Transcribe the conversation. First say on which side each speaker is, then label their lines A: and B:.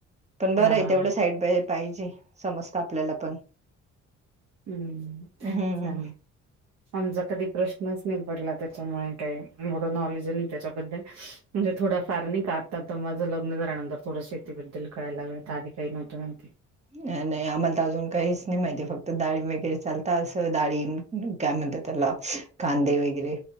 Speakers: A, on the right (about 20°); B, on the right (about 60°).
A: पण बरं
B: हा
A: आहे,
B: हा
A: तेवढं साईड बाय पाहिजे. समज आपल्याला पण
B: हम्म
A: हंम
B: चांगल आमचा कधी प्रश्नच नाही पडला, त्याच्यामुळे काही एवढं नॉलेज त्याच्याबद्दल. म्हणजे थोडा फार नाही का आतातात माझं लग्न झाल्यानंतर. थोडं शेतीबद्दल कळायला लागल, आधी काही नव्ह नव्हते.
A: नाही नाही आम्हाला तर अजून काहीच नाही माहितीे, फक्त डाळींब वगैरे चालत आता अस डाळींब काय म्हणतात. त्याला कांदे वगैरे